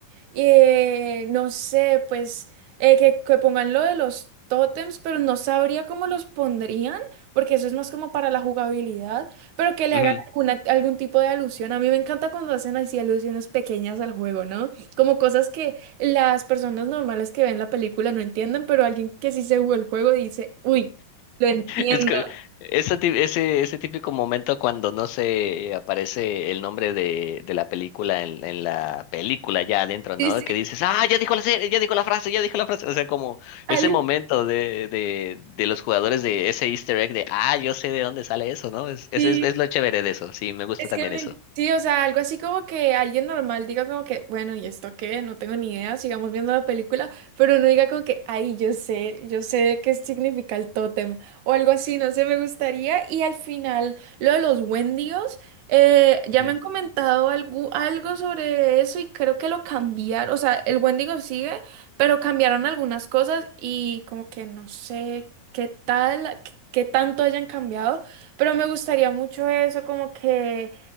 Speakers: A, on the right; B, on the left.
A: eh, no sé, pues eh, que, que pongan lo de los tótems, pero no sabría cómo los pondrían, porque eso es más como para la jugabilidad, pero que le
B: sí.
A: hagan alguna- algún tipo de alusión. A mí me encanta cuando hacen así alusiones pequeñas al juego, ¿no? Como cosas que las personas normales que ven la película no entienden, pero alguien que sí se jugó el juego dice, uy, lo entiendo.
B: Es que ese, ti- ese, ese típico momento cuando no se aparece el nombre de, de la película en, en la película ya adentro,
A: Sí,
B: ¿no?
A: sí.
B: Que dices, ah, ya dijo la serie, ya dijo la frase, ya dijo la frase. O sea, como ese
A: Algo
B: momento de, de, de los jugadores de ese Easter egg de, ah, yo sé de dónde sale eso, ¿no? Es, es,
A: así.
B: es es lo chévere de eso. Sí, me gusta
A: Es
B: también
A: que me-
B: eso.
A: sí, o sea, algo así como que alguien normal diga como que, bueno, ¿y esto qué? No tengo ni idea, sigamos viendo la película, pero uno diga como que, ay, yo sé, yo sé qué significa el tótem, o algo así, no sé, me gustaría. Y al final, lo de los Wendigos, eh, ya
B: Ujú,
A: me han comentado algo, algo sobre eso y creo que lo cambiaron, o sea, el Wendigo sigue, pero cambiaron algunas cosas y como que no sé qué tal, qué qué tanto hayan cambiado. Pero me gustaría mucho eso, como que,